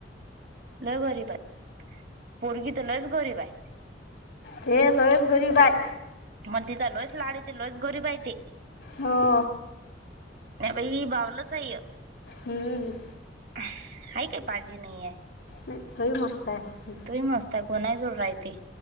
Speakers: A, on the right; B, on the left.
A: लई गरीब आहेत पोरगी तर लईच गरीबाय
B: हे लईच गरीबाई
A: मग तिथ लस लाड येते लस गरीबायतेे
B: हो
A: नाहीई बावलंचय
B: हम्
A: ह काय पाळजी नाहीये
B: नाही, तोही मस्त आहे
A: तु ही मस्ताय कोणाही जोड राय ते